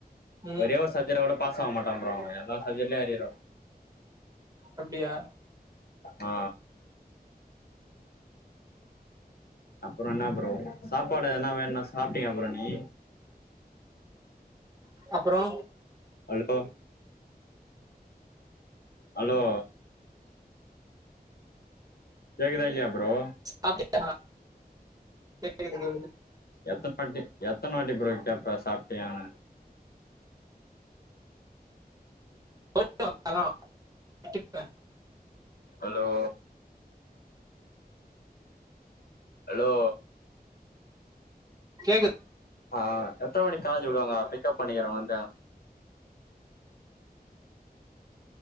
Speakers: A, on the right; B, on the left.
A: ம்
B: ஒரே ஒரு சப் இதர விட பாஸ் ஆக மாட்ட ப்ரோ அவ எல்லா சப்ஜெட்லேயு அரியர் வப்பா
A: அப்டியா
B: ஆ அப்புற என்ன ப்ரோ சாப்பாடு எதனா வேணுனா சாப்ட்டியா ப்ரோ நீ
A: அப்பறோ
B: ஹலோ ஹலோ கேக்குதா இல்லையா ப்ரோ
A: சாப்டியா கேக்குது கேக்குது
B: எத்தன வாட்டி எத்தன வாட்டி ப்ரோ கேப்ப சாப்ட்டியானு
A: <unintelligible>
B: ஹலோ ஹலோ
A: கேக்குது
B: ஆ எத்தன மணிக் காலேஜு விடுவாங்க பிக்கப் பண்ணிக்கிற வந்து